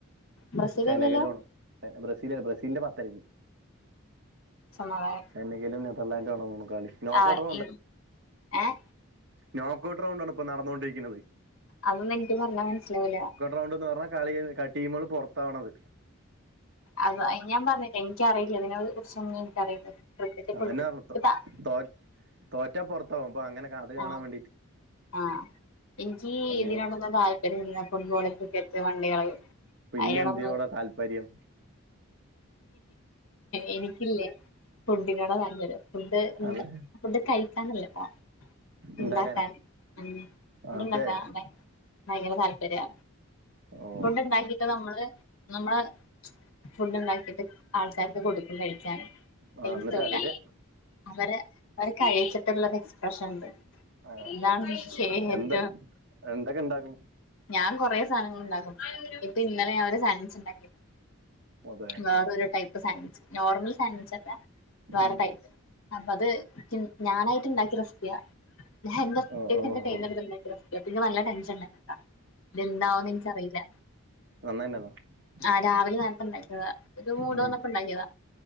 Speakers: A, on the left (about 70°); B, on the right (about 55°).
A: ബ്രസീലല്ലല്ലോ
B: സെനകലും ആണ് <unintelligible> ബ്രസീലല്ലാ ബ്രസീലിന്റെ പത്തരെക്ക്
A: സമാധാനം
B: സെനെകലും നെദർലാൻ്റും ആണ് തോനുന്നു കളി നോക്കൌട്ട്
A: ആഹ് ഇ ഏഹ്
B: നോക്കൗട്ട് റൗണ്ടാണ് ഇപ്പോ നടന്നോണ്ടിരിക്ക്ണത്
A: അതൊന്നും എനിക്ക് പറഞ്ഞാ മനസ്സിലാവൂല്ലാ
B: റൗണ്ട്ന്ന് പറഞ്ഞാ കളി ടീമുകൾ പൊറത്താവണത്
A: അത് അയ് ഞാൻ പറഞ്ഞില്ലേ എനിക്കറിയില്ല അതിനെ കുറിച്ചൊന്നും എനിക്കറിയില്ലാ ക്രിക്കറ്റ്
B: അതന്നെ പറഞ്ഞ
A: <unintelligible>
B: തോ തോറ്റാ പൊറത്താവും അപ്പ അങ്ങനെ ക അത് കാണാൻ
A: ആഹ്
B: വേണ്ടി
A: ആഹ് എനിക്ക്
B: ഏ
A: ഇതിനോടൊന്നും താല്പര്യം ഇല്ലാ ഫുട്ബോള് ക്രിക്കറ്റ് വണ്ടികള്
B: പിന്നെ
A: അതിനോടൊന്നും
B: എന്തിനോടാ താല്പര്യം
A: എനിക്കില്ലേ ഫുഡിനോടാ താൽപര്യം ഫുഡ് ഇണ്ടാ
B: അതെ
A: ഫുഡ് കഴിക്കാനല്ലട്ടോ ഇണ്ടാക്കാന്
B: ഉണ്ടാക്കാനാ
A: ഉം ഫുഡ്
B: അതെ
A: ഇണ്ടാക്കാൻ ഭയ് ഭയങ്കര താല്പര്യാ
B: ഓ
A: ഫുഡ് ഇണ്ടാക്കീട്ട് നമ്മള് നമ്മള് ഫുഡ് ഇണ്ടാക്കിയിട്ട് ആൾക്കാർക്ക് കൊടുക്കും കഴിക്കാന്
B: ആ എന്നിട്ട്
A: <unintelligible>
B: അവര്
A: അവരെ അവര് കഴിച്ചിട്ടുള്ളൊരു എക്സ്പ്രഷൻ ഇണ്ട്
B: ആ
A: എന്താണ് <unintelligible>
B: എന്ത് എന്തൊക്കെ ഇണ്ടാക്കും
A: ഞാൻ കൊറെ സാധനങ്ങൾ ഇണ്ടാക്കും ഇപ്പൊ ഇന്നലെ ഞാന് ഒരു സാൻവിച്ച് ഇണ്ടാക്കി
B: അതെ
A: വേറൊരു ടൈപ്പ് സാൻവിച്ച് നോർമൽ സാൻവിച്ച് അല്ലാ വേറെ
B: ഉം
A: ടൈപ്പ് അപ്പ അത് ഇക്ക് ഞാനായിട്ട് ഇണ്ടാക്കിയ റെസിപ്പിയാ എൻ്റെ
B: ഓ
A: <unintelligible> റെസിപ്പിയാ
B: ഓ ഓ
A: പിന്നെ നല്ല ടെൻഷൻ ഇണ്ടാക്കി <unintelligible> ഇത് എന്താവൂന്ന് എനിക്കറിയില്ലാ
B: നന്നായി <unintelligible>
A: ആഹ് രാവിലെ നേരത്തെ ഇണ്ടാക്കിയെതാ ഒരു മൂട്
B: ഉം
A: വന്നപ്പോ ഇണ്ടാക്കിയെതാ